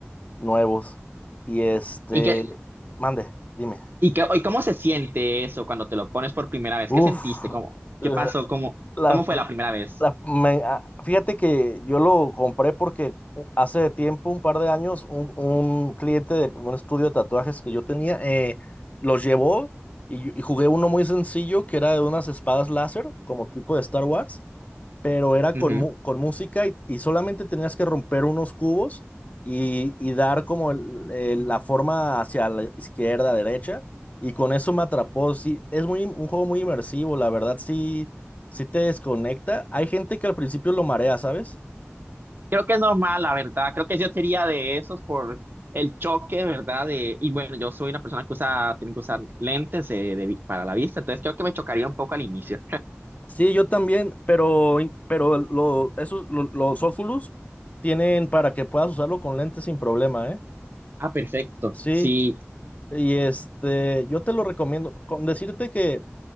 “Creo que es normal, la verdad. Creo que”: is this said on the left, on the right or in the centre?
Right